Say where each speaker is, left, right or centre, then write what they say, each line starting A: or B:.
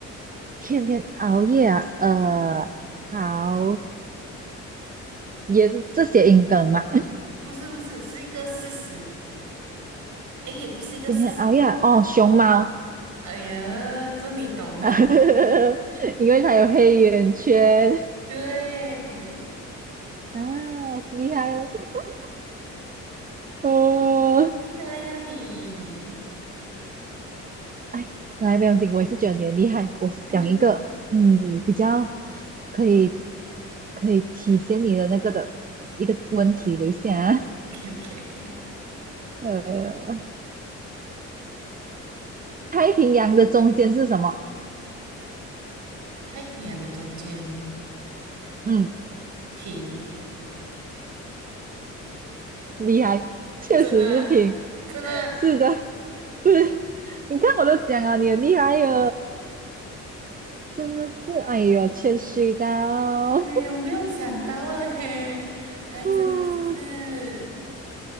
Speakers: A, on the right; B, on the right.
A: 天天熬夜啊，呃，好，也是这些音梗嘛。<laughs>
B: 不是不是，是一个事实。诶，也不是一个事实，
A: 今天熬夜啊哦，
B: 是
A: 熊猫，
B: 哎呀，这你懂的。
A: <laughs> 因为它有黑眼圈
B: <laughs> 对，
A: <laughs> 啊，厉害哦。<laughs> 哦，
B: <laughs> 厉害呀你。
A: 哎，来，不用紧，我也是觉得你很厉害。我想一个，
B: <laughs>
A: 嗯，比较可以可以体现你的那个的一个问题，等一下啊，
B: OK OK，
A: 呃，太平洋的中间是什么？
B: <laughs> 太平洋的中间
A: 嗯，
B: 平，
A: 厉害，确实是平，
B: 真的吗？真的吗？
A: 是的，是。你看我都讲啊，你很厉害哟，真的是，哎呦，谦虚到，<laughs>
B: 对，我没有想到嘞，还真的是
A: 嗯。